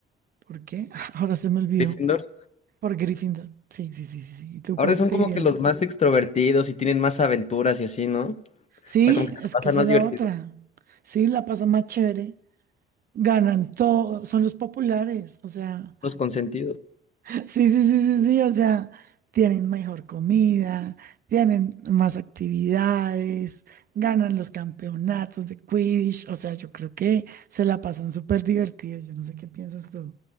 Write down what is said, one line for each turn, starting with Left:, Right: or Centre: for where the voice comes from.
Right: ¿por qué? <laughs> Ahora se me olvidó.
Left: Gryffindor.
Right: Por Gryffindor. Sí, sí, sí, sí, sí. ¿Y tú
Left: Ahora
Right: cuál
Left: son
Right: te
Left: como
Right: irías?
Left: que los más extrovertidos y tienen más aventuras y así, ¿no? O
Right: Sí,
Left: sea, como que te
Right: es
Left: pasan
Right: que esa
Left: más
Right: es la
Left: divertidos,
Right: otra. Sí, la pasa más chévere. Ganan todo, son los populares, o sea.
Left: los consentidos.
Right: Sí, sí, sí, sí, sí, o sea, tienen mejor comida, tienen más actividades, ganan los campeonatos de Quidditch, o sea, yo creo que se la pasan súper divertidos, yo no sé qué piensas tú.